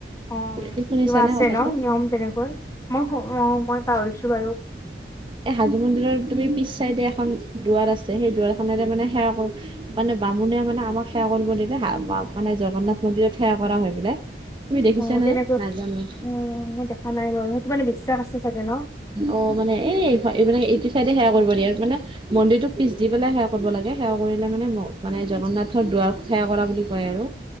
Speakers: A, on the left; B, on the right.
A: অ
B: কি শুনিছানে
A: কিবা আছে
B: কথাটো
A: ন নিয়ম তেনেকৈ মই অ মই পাহৰিছো বাৰু
B: এ হাজো মন্দিৰৰ তুমি পিছ চাইডে এখন দুৱাৰ আছে সেই দুৱাৰখনেৰে মানে সেৱা
A: অ
B: কৰি মানে বামুণে মানে আমাক সেৱা কৰিব দিলে <unintelligible> মানে জগন্নাথ মন্দিৰত সেৱা কৰা হয় বোলে তুমি দেখিছা
A: অ তেনেকৈ
B: নে নাজানো
A: উম মই দেখা নাই নয় তমান <inaudible> বিশ্বাস আছে চাগে ন
B: অ মানে এই মানে এইটো চাইডে সেৱা কৰিব দিয়ে আৰু মানে মন্দিৰটোক পিছ দি পেলাই সেৱা কৰিব লাগে সেৱা কৰিলে মানে মানে জগন্নাথৰ দুৱাৰ সেৱা কৰা বুলি কয় আৰু